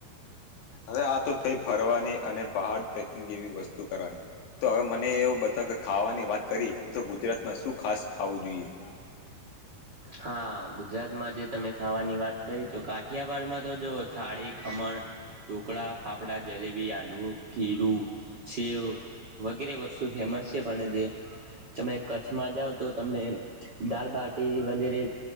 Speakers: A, on the left; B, on the right.
A: હવે આ તો થઈ ફરવાની અને પહાર ટ્રેકિંગ જેવી વસ્તુ કરવાની. તો હવે મને એવું બત કે ખાવાની વાત કરીએ તો ગુજરાતમાં શું ખાસ ખાવું જોઈએ.
B: હા ગુજરાતમાં જે તમે ખાવાની વાત કરી તો કાઠિયાવાડમાં તો જોઓ થાળી, ખમણ ઢોકળા, ફાફડા, જલેબી, આંડવું ખીરું સેવ વગેરે વસ્તુ ફેમસ છે પણ જે તમે કચ્છમાં જાવ તો તમને દાલબાટી વગેરે